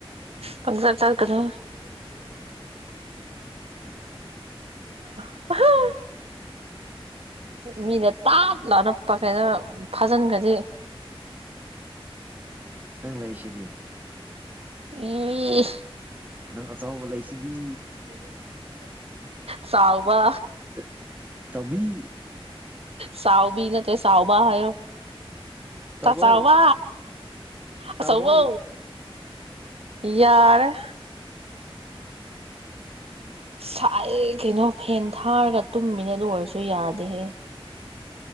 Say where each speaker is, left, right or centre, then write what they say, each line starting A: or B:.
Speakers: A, on the right (about 85°); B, on the right (about 15°).
A: ꯄꯪꯆꯠ ꯆꯠꯀꯅꯨ <unintelligible> ꯃꯤꯅ ꯇꯥꯞ ꯂꯥꯅ ꯄ ꯀ ꯩꯅꯣ ꯐꯥꯖꯤꯟꯈꯗꯤ
B: ꯅꯪ ꯂꯩꯁꯤꯗꯤ
A: ꯎꯝ
B: ꯅꯪ ꯑꯆꯧꯕ ꯂꯩꯁꯤꯗꯤ
A: ꯆꯥꯎꯕ
B: ꯆ ꯆꯥꯎꯕꯤ
A: ꯆꯥꯎꯕꯤ ꯅꯠꯇꯦ ꯆꯥꯎꯕ ꯍꯥꯏꯌꯣ
B: ꯆꯥꯎꯕꯧ
A: ꯇꯥ ꯆꯥꯎꯕ
B: ꯆꯥꯎꯕꯧ
A: ꯑꯆꯧꯕꯣ ꯌꯥꯔꯦ ꯁꯥꯏꯌꯦ ꯀꯩꯅꯣ ꯐꯦꯟ ꯊꯥꯔꯒ ꯇꯨꯝꯃꯤꯅꯦ ꯑꯗꯨ ꯑꯣꯏꯔꯁꯨ ꯌꯥꯗꯦꯍꯦ